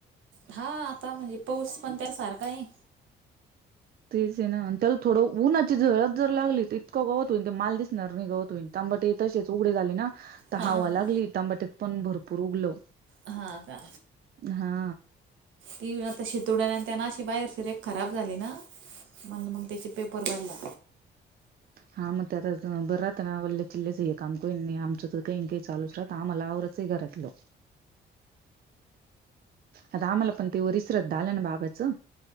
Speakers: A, on the right; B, on the right.
A: हा आता म्हणजे पाऊस पण सारखा आहे
B: तेच आहे ना, त्याला थोडं उन्हाची झळक जर लागली, तर इतकं गवत होईन ते माल दिसणार नाही, गवत होईन. तांबाटे तसेच उघडी झाले ना, तर
A: हा
B: हवा
A: हा
B: लागली तांबाट्यात पण भरपूर उगल
A: हा का
B: हा
A: ती आता शटडाउन आणि त्यांनाशी बाहेरची रेख खराब झाली ना म्‍हण मग त्‍याचे पेपर बदला
B: हा मग त्या बरं राहत ना, वल्ले चिल्लेचे आहे काम करून आमचं तर काही-काही चालून राह, आम्हाला आवर सिगरेट लो आता आम्हाला पण ते वरिष्श्राद्धआलं ना बाबांचं